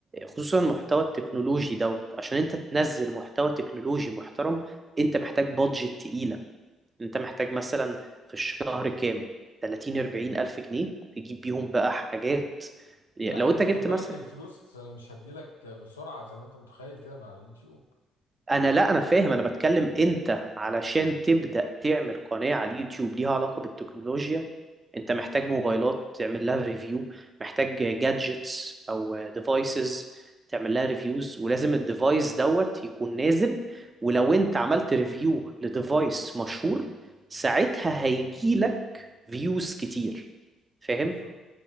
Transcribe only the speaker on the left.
لا انت
خد بالك
الفلوس مش هتجيلك بسرعة زي ما انت متخيل كده مع اليوتيوب
بالظبط